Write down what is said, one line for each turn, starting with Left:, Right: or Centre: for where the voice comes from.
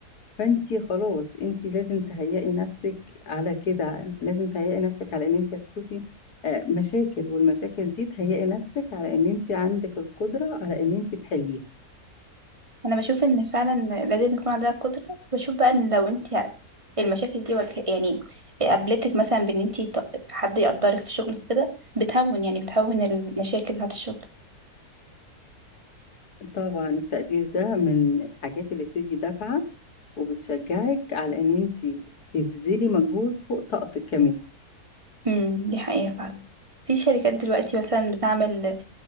Left: فانت خلاص انت لازم تهيئي نفسك على كده لازم تهيئي نفسك على ان انت هتشوفي آه، مشاكل والمشاكل دي تهيئي نفسك على ان انت عندك القدره على ان انت تحليها
Right: انا بشوف ان فعلا لازم يكون عندها قدرة بشوف بقى ان لو انت المشاكل دي والك- يعني قابلتك مثلا بان انت حد يقدرك في شغلك كده بتهون يعني بتهون المشاكل بتاعت الشغل
Left: طبعا التقدير ده من الحاجات اللي بتدي دفعه وبتشجعك على ان انت تبذلي مجهود فوق طاقتك كمان
Right: امم دي حقيقة فعلا في شركات دلوقتي مثلا بتعمل